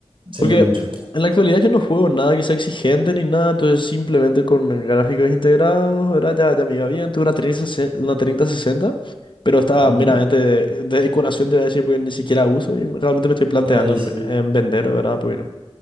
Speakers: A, on the right; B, on the left.
A: Sí,
B: Porque
A: mucho.
B: en la actualidad yo no juego nada que sea exigente ni nada, entonces simplemente con gráficos integrados, ¿verdad? Ya, ya me iba bien. Tuve una 3060, una treinta sesenta pero estaba
A: ujú,
B: meramente de, de decoración, te voy a decir, porque ni siquiera uso y realmente me estoy planteando
A: Ay, sí,
B: en en vender, ¿verdad? Porque